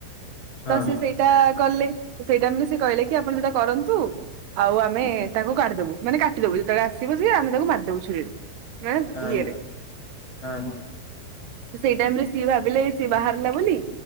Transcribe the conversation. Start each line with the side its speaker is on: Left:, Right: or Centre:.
Left: ହଁ
Right: ତ ସେ ସେଇଟା ଗଲେ। ସେଇଟା ମାନେ ସେ କହିଲେ କି ଆପଣ ସେଇଟା କରନ୍ତୁ। ଆଉ ଆମେ ତାଙ୍କୁ କାଢିଦବୁାନ ମାନେ କାଟିଦବୁ। ବସ ଆମେ ତାକୁ ମାରିଦବୁ ଛୁରୀରେ ମେ
Left: ହଁ
Right: ଇଏରେ
Left: ହଁ
Right: ସେଇ ଟାଇମ ରେ ସିଏ ଭାବିଲେ ସିଏ ବାହାରିଲା ବୋଲି